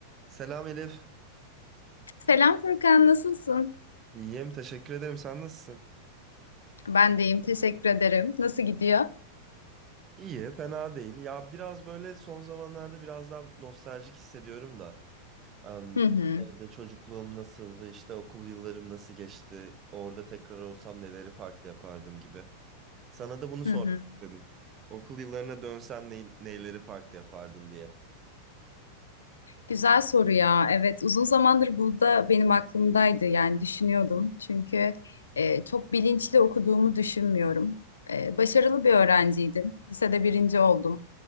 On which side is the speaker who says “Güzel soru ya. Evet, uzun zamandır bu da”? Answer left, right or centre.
Left